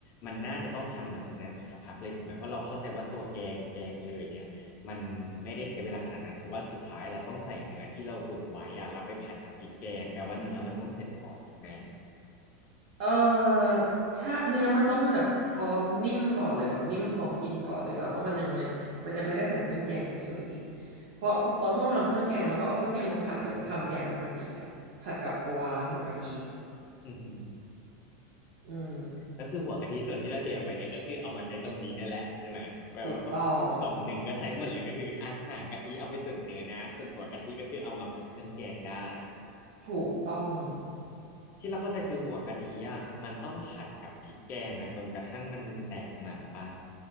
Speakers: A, on the left; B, on the right.
A: มันน่าจะต้องทำหลังจากนั้นอีกสักพักเลยถูกไหมเพราะเราเข้าใจว่าตัวแกงแกงเลยเนี่ยมันไม่ได้ใช้เวลาขนาดนั้นเพราะว่าสุดท้ายเราต้องใส่เนื้อที่เราตุ๋นไว้อ่ะเราไปผัดกับพริกแกงแปลว่าเนื้อมันต้องเสร็จก่อนถูกไหม
B: เออชาเนื้อมันต้องแบบพร้อมนิ่มก่อนเลยแบบนิ่มพร้อมกินก่อนเลยแต่ว่ามันยังไม่มันยังไม่ได้ใส่เครื่องแกงเฉยๆเพราะเพราะตอนช่วงทำเครื่องแกงแล้วก็เอาเครื่องแกงลงผัดเหมือนกับทำแกงปกติอะผัดกับตัวหัวกะทิ
A: อือฮึ
B: อืม
A: ก็คือหัวกะทิส่วนที่เราเทออกไปเนี่ยก็คือเอามาใช้ตรงนี้นั่นแหละใช่ไหมแปลว่ากล่องกล่องหนึ่งก็ใช้หมดเลยก็คืออาหารกะทิเอาไปตุ๋นเนื้อนะส่วนหัวกะทิก็คือเอามาผัดเครื่องแกงได้
B: ถูกต้องถูกต้อง
A: ที่เราเข้าใจคือหัวกะทิอ่ะมันต้องผัดกับพริกแกงอ่ะจนกระทั่งมันแตกมันปะ